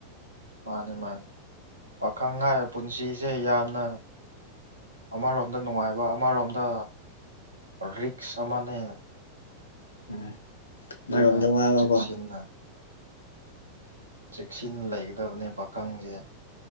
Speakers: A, on the right; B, on the left.
A: ꯃꯥꯅꯤ ꯃꯥꯅꯤ ꯄꯥꯈꯪ ꯍꯥꯏꯕ ꯄꯨꯟꯁꯤꯁꯦ ꯌꯥꯝꯅ ꯑꯃꯔꯣꯝꯗ ꯅꯨꯡꯉꯥꯏꯕ ꯑꯃꯔꯣꯝꯗ ꯔꯤꯛꯁ ꯑꯃꯅꯦ
B: ꯎꯝ
A: ꯑꯗꯨꯅ
B: ꯃ ꯑꯣꯏꯔꯗ ꯋꯥꯕꯒꯣ
A: ꯆꯦꯛꯁꯤꯟꯅ ꯆꯦꯛꯁꯤꯟꯅ ꯂꯩꯒꯗꯕꯅꯦ ꯄꯥꯈꯪꯁꯦ